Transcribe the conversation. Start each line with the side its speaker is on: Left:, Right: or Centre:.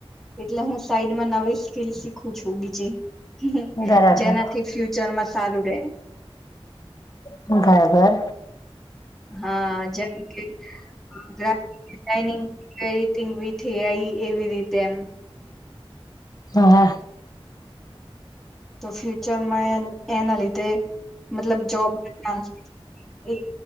Centre: એટલે હું સાઈડમાં નવી સ્કીલ શીખું છું બીજી. હ હ
Left: બરાબર
Centre: જેનાથી ફ્યુચર માં સારું રહેે.
Left: ઘર-ઘર.
Centre: હા જેમકે <unintelligible> થી આઈ એવી રીતે એમ.
Left: હા હા.
Centre: તો ફ્યુચરમાં એના લીધે. મતલબ જોબ એ આઈ